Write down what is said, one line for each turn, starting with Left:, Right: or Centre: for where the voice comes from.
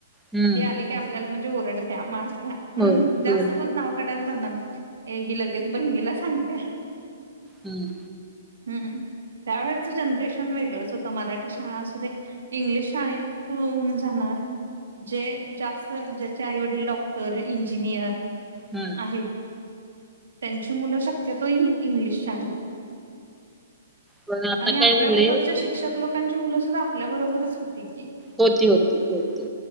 Centre: हम्म,
Right: ह आली. आपल्याला म्हणजे ओरडत्या मारत्या म्हणून
Centre: होय
Right: जास्त
Centre: होय
Right: कोण नाव काढायला जाणार नाही ए हिल गेच बहिणीला सांगत्या.
Centre: हम्म
Right: हम्म त्यावेळेच जनरेशन वेगळंच होतं मराठी शाळा अस दे. इंग्लिश शाळेतन जाणार. जे जास्त ज्याचे आईवडील डॉक्टर इंजिनियर
Centre: हम्म
Right: आहेत त्यांची मुलं शक्यतो इंग्लिश आहेत.
Centre: पण आता
Right: आणि
Centre: काय
Right: आपल्याबरोबरच्या
Centre: झाले
Right: शिक्षक लोकांची मुलं सुद्धा आपल्या बरोबरच होती की
Centre: होती होती होती